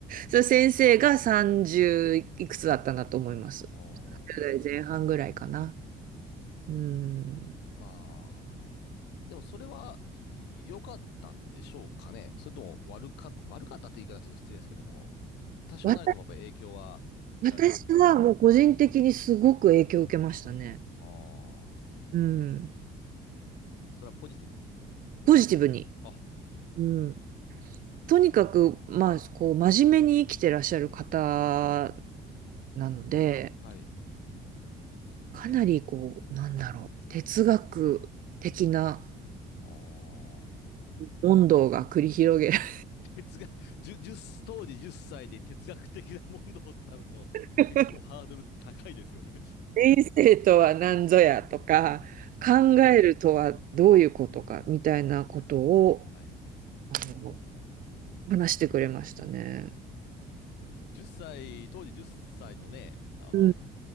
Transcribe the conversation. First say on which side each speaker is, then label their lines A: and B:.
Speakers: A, on the right; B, on the left.
A: その先生が30いくつだったんだと思います。
B: ああ。
A: 1代前半ぐらいかな。うん。
B: まあ、でもそれはい良かったんでしょうかね。それとも悪か、悪かったって言い方はちょっと失礼ですけども、多少なりともやっぱり影響は受けられたんでしょうね。
A: わた私はもう個人的にすごく影響を受けましたね。
B: ああ、
A: うん。
B: それはポジティブ。
A: ポジティブに。
B: あ、
A: うん、とにかく、まあ、こう、真面目に生きてらっしゃる方なので、
B: はい。
A: かなり、こう、なんだろう、哲学的な
B: ああ。
A: 問答が繰り広げられ
B: 哲学、1当時10歳で哲学的な問答となると結構ハードル高いですよね。
A: る。<laughs> 人生とは何ぞやとか、
B: <laughs>
A: 考えるとはどういうことか、
B: あー
A: みたいなことを、
B: はい。
A: あの、話してくれましたね。
B: 1歳、当時10歳のね、あの
A: うん、
B: <laughs>